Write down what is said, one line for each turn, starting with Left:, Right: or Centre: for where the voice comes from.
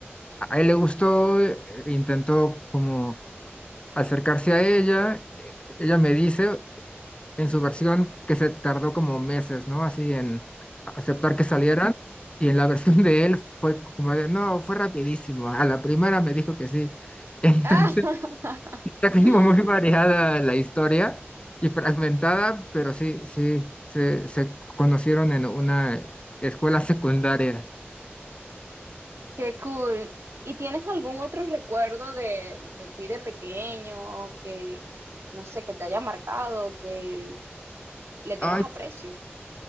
Left: a él le gustó, eh, intentó como acercarse a ella, eh, ella me dice, en su versión que se tardó como meses, ¿no? Así en aceptar que salieran. Y en la <laughs> versión de él fue como de, no, fue rapidísimo. A la primera me dijo que sí. Entonces,
Right: ¡Ah! <laughs>
Left: <laughs> está como muy variada la historia y fragmentada, pero sí, sí, se, se conocieron en una escuela secundaria.
Right: Qué cool. ¿Y tienes algún otro recuerdo de, de ti de pequeño que, no sé, que te haya marcado, que le tengas
Left: Ay,
Right: aprecio? <gasps>